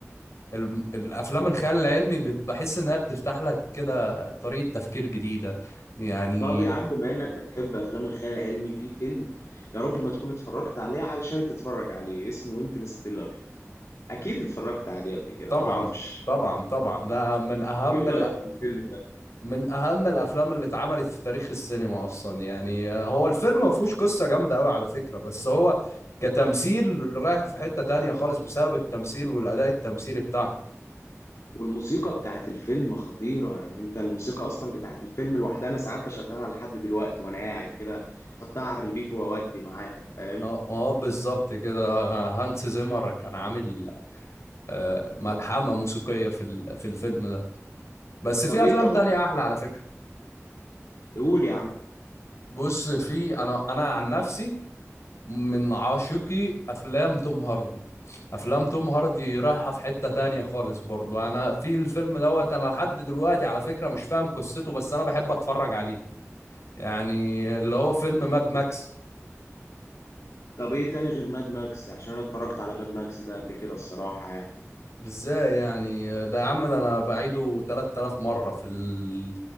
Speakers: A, on the left; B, on the left.
A: الم- الافلام الخيال العلمي بت- بحس انها بتفتح لك كده طريقة تفكير جديدة يعني
B: طب يا عم بما انك بتحب افلام الخيال العلمي في فيلم يا رب ما تكون اتفرجت عليه علشان تتفرج عليه اسمه انترستيلر اكيد اتفرجت عليه قبل كده
A: طبعا
B: معرفش
A: طبعا طبعا ده من اهم
B: ايه
A: ال...
B: رايك في الفيلم ده
A: من اهم الافلام اللي اتعملت في تاريخ السينما اصلا يعني هو الفيلم ما فيهوش قصة جامدة قوي على فكرة بس هو كتمثيل رايح في حتة تانية خالص بسبب التمثيل والاداء التمثيلي بتاعه
B: والموسيقى بتاعت الفيلم خطيره يعني انت الموسيقى اصلا بتاعت الفيلم لوحدها انا ساعات بشغلها لحد دلوقتي وانا قاعد كده احطها على الريبيت واودي معاها فاهم
A: اه اه بالظبط كده هانس زيمر كان عامل آه، ملحمة موسيقية في ال- في الفيلم ده بس في
B: طب ايه
A: افلام
B: طب
A: تانية
B: ما
A: احلى على فكرة
B: تقول يا عم
A: بص في انا انا عن نفسي من عاشقي افلام توم هاردي افلام توم هاردي رايحه في حته تانية خالص برضو انا في الفيلم دوت انا لحد دلوقتي على فكره مش فاهم قصته بس انا بحب اتفرج عليه يعني اللي هو فيلم ماد ماكس
B: طب ايه تاني غير ماد ماكس عشان انا اتفرجت على ماد ماكس ده قبل كده الصراحة يعني
A: ازاي يعني ده يا عم ده انا بعيده 3000 مره في ال...